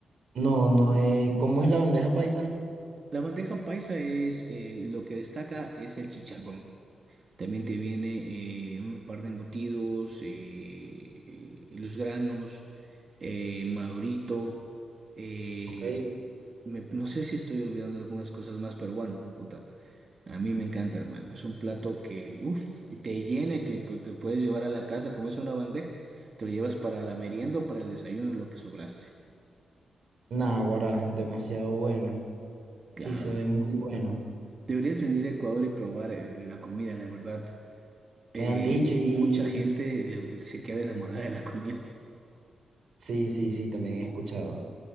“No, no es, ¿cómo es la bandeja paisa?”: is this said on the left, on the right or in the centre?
Right